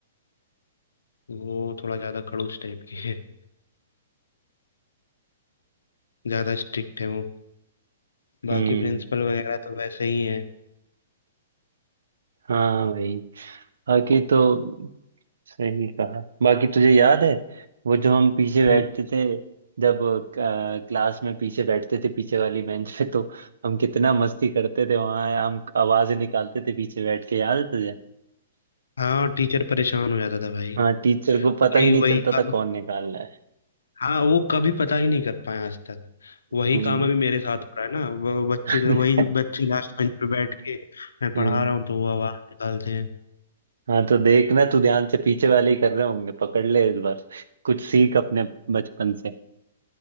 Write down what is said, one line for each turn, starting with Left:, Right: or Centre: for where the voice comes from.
Left: वो थोड़ा ज्यादा खड़ूस टाइप के हैं ज्यादा स्ट्रिक्ट है वो बाकी
Right: हम्म
Left: प्रिंसिपल वगैरह तो वैसे ही है
Right: हाँ भाई बाकी तो सही कहा बाकी तुझे याद है वो जो हम पीछे बैठते
Left: हम्म,
Right: थे जब अ, क्लास में पीछे बैठते थे पीछे वाली बेंच पे तो हम कितना मस्ती करते थे वहां हम आवाजें निकालते थे पीछे बैठ के याद है तुझे
Left: हाँ टीचर परेशान हो जाता था भाई
Right: हाँ टीचर को पता
Left: वही
Right: ही नहीं
Left: वही
Right: चलता
Left: काम
Right: था कौन निकाल रहा है
Left: हाँ वो कभी पता ही नहीं कर पाए आज तक वही
Right: हम्म
Left: काम अभी मेरे साथ हो रहा है ना वो बच्चे
Right: <laughs>
Left: वही बच्चे लास्ट बेंच पे बैठ के मैं पढ़ा
Right: हम्म,
Left: रहा हूँ तो वो आवाज निकालते हैं
Right: हाँ तो देखना तू ध्यान से पीछे वाले ही कर रहे होंगे पकड़ ले इस बार <laughs> कुछ सीख अपने बचपन से